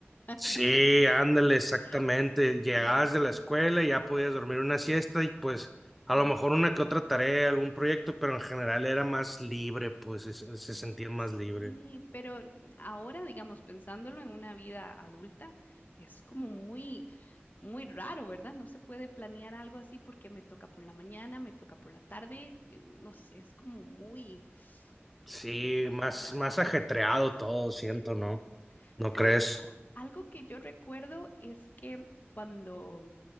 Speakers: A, in the centre; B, on the left.
A: Sí,
B: Entonces compensaba.
A: ándale, exactamente. Llegabas
B: Sí,
A: de la
B: sí.
A: escuela y ya podías dormir una siesta y pues a
B: Ujú.
A: lo mejor una que otra tarea, algún proyecto, pero en general era más libre, pues se, se sentían más
B: Sí,
A: libre.
B: pero ahora, digamos, pensándolo en una vida adulta, es como muy, muy raro, ¿verdad? No se puede planear algo así porque me toca por la mañana, me toca por la tarde, eh, no sé, es como muy,
A: Sí,
B: mm, bueno,
A: más,
B: ahora,
A: más ajetreado todo, siento,
B: ujú.
A: ¿no? ¿No
B: ¿sabe?
A: crees?
B: Algo que yo recuerdo es que cuando